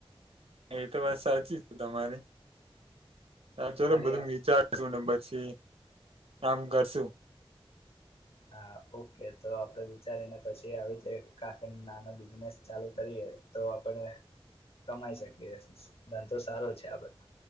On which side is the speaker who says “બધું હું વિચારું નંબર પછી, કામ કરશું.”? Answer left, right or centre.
Right